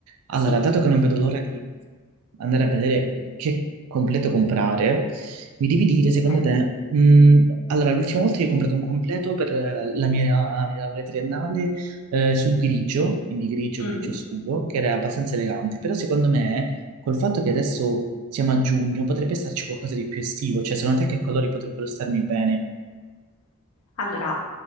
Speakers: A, on the right; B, on the left.
A: allora,
B: Sì.
A: dato che non vedo l'ora di andare a vedere che completo comprare, mi devi dire, secondo
B: Ok.
A: te, mh, allora, l'ultima volta io ho comprato un completo per eh, la mia laurea triennale eh, sul grigio, quindi grigio,
B: Mhm.
A: grigio scuro, che era abbastanza elegante, però secondo me Col fatto che adesso siamo a giugno, potrebbe starci qualcosa di più estivo, cioè secondo te che colori potrebbero starmi bene?
B: Allora,